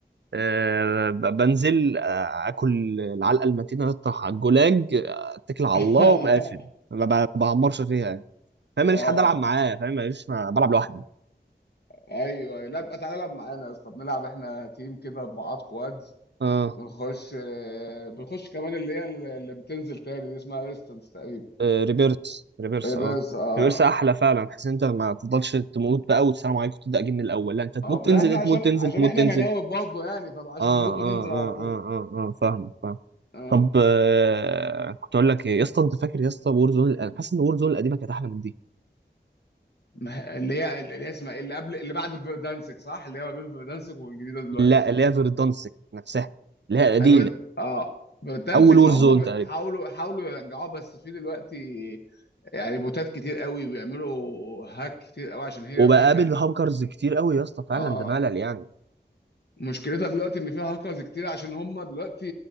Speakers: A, on the right; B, on the left.
A: أه ب- بنزل أه، اكل العلقه المتينه اطرح على الجولاج أه، اتكل على
B: <laughs>
A: الله ومقافل ما ب- ما بعمرش فيها يعني فاهم
B: اه
A: ماليش حد العب معاه فاهم ماليش ما بلعب لوحدي
B: ايوه أيوة. لا بقى تعالى العب معانا يا اسطى بنلعب احنا تيم كده اربعات كوادز
A: اه
B: بنخش آه، بنخش كمان اللي هي اللي اللي بتنزل تاني دي اسمها ريستنس تقريبا
A: أه، ريبيرس ريبيرس
B: تقريبا
A: اه
B: بس اه
A: ريبيرس احلى فعلا بحيث ان انت ما تفضلش تموت بقى والسلام عليكم تبدا جيم من الاول لا انت تموت
B: آه،
A: تنزل
B: لا احنا عشان
A: تموت
B: عشان
A: تنزل تموت
B: احنا
A: تنزل
B: مناوب برضه يعني فعشان
A: اه
B: نموت وننزل
A: اه
B: على
A: اه
B: طول
A: اه اه اه فاهمك فاهم
B: آه.
A: طب آه كنت اقول لك ايه يا اسطى انت فاكر يا اسطى وور زون انا حاسس ان وور زون القديمه كانت احلى من دي
B: ما هي- اللي هي اللي هي اسمها ايه اللي قبل اللي بعد فيردانسك صح اللي هي ما بين فيردانسك والجديده دلوقتي
A: لا اللي هي فيردانسك نفسها اللي هي القديمه
B: هي فيرد- اه فيردانسك
A: اول وور
B: ما هم
A: زون
B: بي-
A: تقريبا
B: حاولوا حاولوا يرجعوها بس في دلوقتي يعني بوتات كتير قوي بيعملوا هاك كتير قوي عشان هي
A: وبقابل
B: فيها
A: هاكرز كتير قوي يا اسطى فعلا
B: اه
A: ده ملل يعني
B: مشكلتها دلوقتي ان فيها هاكرز كتير عشان هم دلوقتي